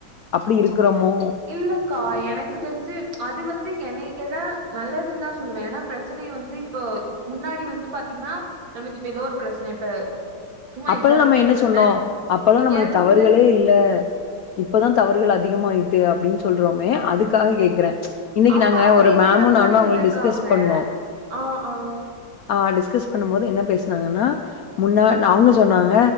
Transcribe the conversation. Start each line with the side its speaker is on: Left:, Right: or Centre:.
Left: அப்டி இருக்கிறமோ
Right: இல்லக்கா எனக்கு தெருஞ்சு அது வந்து என்னய கேட்டா நல்லதுன் தா சொல்லுவே ஏன்னா பிரச்சனைைய வந்து இப்போ இப் முன்னாடி வந்து பாத்தீங்னா நமளுக்கு இப்ப ஏதோ ஒரு பிரச்ன இப்ப சும்மா
Left: அப்பல்
Right: எக்ஸாம்பிளுக்கு
Left: நம்ம என்ன
Right: சொல்றேனே
Left: சொன்னோ அப்பல்லா
Right: எங்கேயாவது
Left: நம்மல தவறுகளே
Right: வந்து
Left: இல்ல இப்பதா தவறுகள் அதிகமாயிட்டு அப்படின் சொல்றோமே அதுக்காக கேக்குற இன்னைக்கு
Right: அப்ப
Left: நாங்க
Right: அமைதியாதான்க்கா
Left: ஒரு மேமு நானு
Right: இருந்திருக்காங்க
Left: அவுங்களுக் டிஸ்கஸ் பண்ணோ
Right: ஆ ஆ
Left: ஆ டிஸ்கஸ் பண்ணும் போது என்ன பேஸ்னாங்கன்னா முன்னா ல்ல அவுங்க சொன்னாங்க